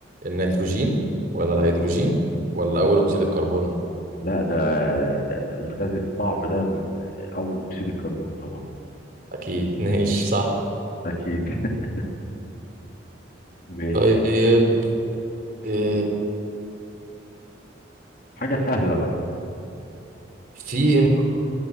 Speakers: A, on the right; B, on the left.
A: النيتروجين ولا الهيدروجين ولا اول اكسيد الكربون
B: لا ده الغاز الصعب ده م- اول اكسيد الكربون طبعا
A: اكيد <laughs> ماشي صح
B: أكيد <laughs> ماشي
A: طيب آه،
B: حاجة سهلة بقى
A: في إم-